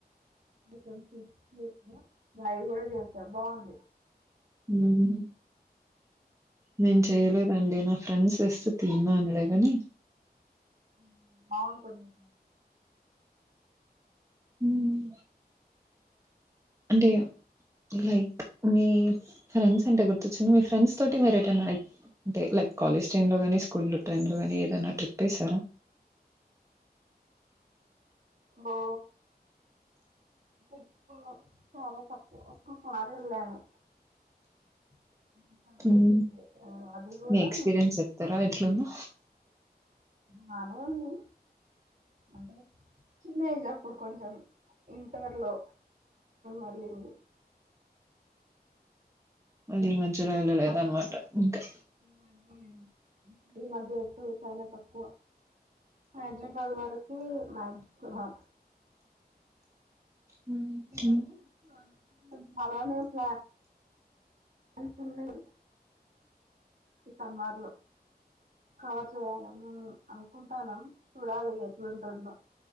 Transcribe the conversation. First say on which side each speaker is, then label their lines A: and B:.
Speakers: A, on the right (about 55°); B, on the right (about 15°).
A: <inaudible> బయి కూడా చేస్తారు బాగుంది
B: హ్మ్ నేను చెయలేదండి నా ఫ్రెండ్స్ ఇస్తే తిననులే గాని
A: హ్మ్ బాగుంటుంది
B: హ్మ్ అంటే లైక్ మీ ఫ్రెండ్స్ అంటే గుర్తొచ్చింది మీ ఫ్రెండ్స్ తోటి మీరు ఎటైనా అంటే లైక్ కాలేజ్ టైం లో గాని స్కూల్ టైం లో గాని ఏదైనా ట్రిప్ వేసారా
A: బో అసల్ చాలా తక్కువ ఒకసారి వెళ్ళాను <unintelligible>
B: హ్మ్
A: అది కూడా
B: మీ ఎక్స్పీరియన్స్ చెప్తారా ఎట్లుందో?
A: బానే ఉంది అంటే చిన్న ఏజ్ అప్పుడు కొంచెం ఇంటర్ లో వెళ్ళింది
B: అది మంచిలో ఉండలేదు అనమాట ఇంకా
A: ఈ మాత్రం <unintelligible> చాలా తక్కువ హైదరాబాద్ వరకు మంక్ మంక్
B: హ్మ్
A: <unintelligible> మళ్ళ నేను ప్లా ఇస్తున్నాయ్ ఈ కర్మార్లు కవర్ చేయాల నేను అనుకుంటాను చూడాలి ఎట్లుంటుందో